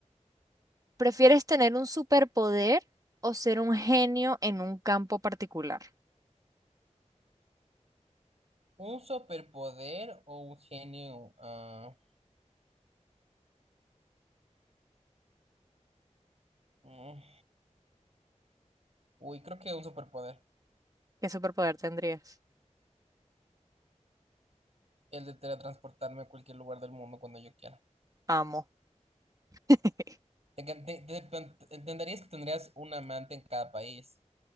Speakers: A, on the right; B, on the right.
A: prefieres tener un superpoder o ser un genio en un campo particular?
B: ¿Un superpoder o un genio? Ah, mm, Uy, creo que un superpoder.
A: ¿Qué superpoder tendrías?
B: El de teletransportarme a cualquier lugar del mundo cuando yo quiera.
A: Amo. <laughs>
B: Te- te- te- te- entenderías que tendrías un amante en cada país.